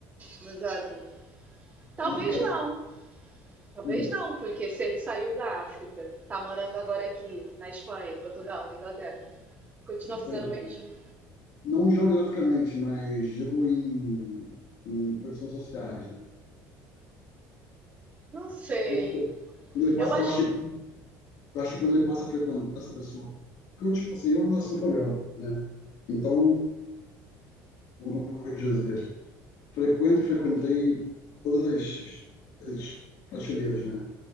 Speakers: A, on the right (about 25°); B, on the left (about 70°).
A: exato. Talvez
B: Complicadinho.
A: não, talvez
B: Hum,
A: não, porque se ele saiu da África, tá morando agora aqui, na Espanha, em Portugal, na Inglaterra, continua fazendo
B: Perdão.
A: o mesmo?
B: Não geograficamente, mas digo em, em posições sociais, né?
A: Não sei.
B: Quando, quando ele passa,
A: Eu acho.
B: eu achei Eu acho que quando ele passa a frequentar essa pessoa. Porque, eu, tipo assim, eu nasci no favela, né? Então, como eu vou dizer, frequento, frequentei todas as, as prateleiras, né?